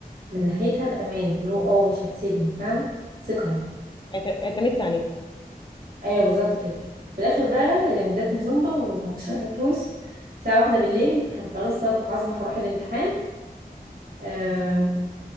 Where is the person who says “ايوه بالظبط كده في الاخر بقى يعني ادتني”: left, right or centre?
Right